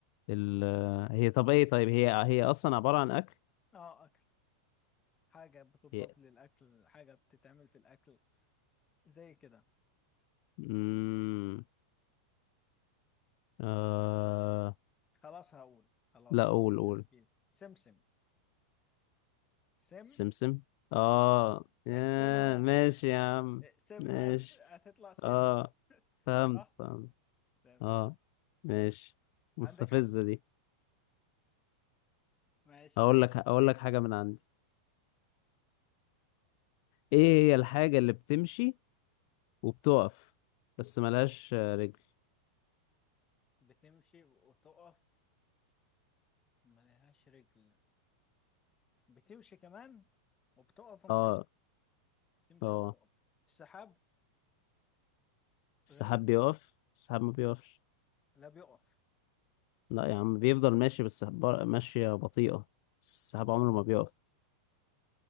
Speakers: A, on the left; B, on the left.
A: ال... هي طب ايه طيب هي هي اصلا عبارة عن اكل
B: اه اكل حاجة بتضاف
A: هي
B: للاكل حاجة بتتعمل في الاكل زي كده
A: مم... آه...
B: خلاص هقول خلاص
A: لا قول قول
B: تفكير سمسم سم
A: سمسم اه آه،
B: اقسمها
A: ماشي يا عم
B: اقسمها
A: ماشي
B: هتطلع سم
A: اه
B: <laughs>
A: فهمت
B: صح
A: فهمت
B: تمام
A: اه
B: ماشي
A: ماشي مستفزة
B: عندك حق
A: دي
B: ماشي
A: اقول لك اقول لك حاجة من عندي ايه هي الحاجة اللي بتمشي وبتقف بس ملهاش رجل
B: بتمشي وتقف ملهاش رجل بتمشي كمان وبتقف وملهاش
A: اه
B: تمشي
A: اه
B: وتقف السحاب
A: السحاب
B: غريبة
A: بيقف السحاب ما بيقفش
B: لا بيقف
A: لا يا عم بيفضل ماشي بس بر- ماشية بطيئة بس السحاب عمره ما بيقف